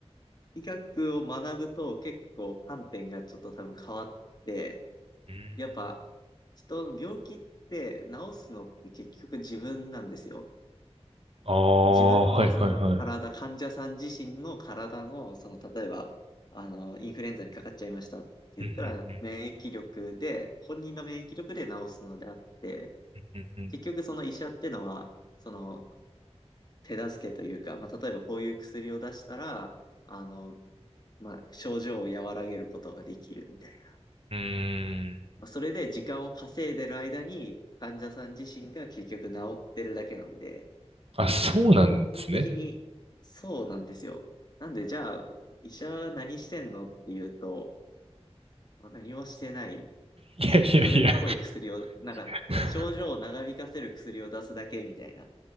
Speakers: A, on the left; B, on the right.
A: 医学を学ぶと結構観点がちょっと多分変わって、
B: うーん
A: やっぱ、人の病気って治すのって結局自分なんですよ。
B: ああ、
A: 自分のその体、
B: はいはいはい。
A: 患者さん自身の体の、その例えば、あの、インフルエンザにかかっちゃいましたって言ったら、
B: うんうんう
A: 免疫力で、本人の免疫力で治すのであって、
B: んうんうん。
A: 結局その医者ってのは、その手助けというか、まあ、例えばこういう薬を出したら、あの、まあ、症状を和らげることができるみたいな。
B: うーん
A: まあそれで時間を稼いでる間に、患者さん自身が結局治ってるだけなんで、
B: あ、そうなんですね。
A: 根本的にそうなんですよ。なんで、じゃあ、医者は何してんのっていうと、まあ何もしてない。
B: いやいやいや。
A: それっぽい薬を、なんか、
B: <laughs>
A: 症状を長引かせる薬を出すだけみたいな。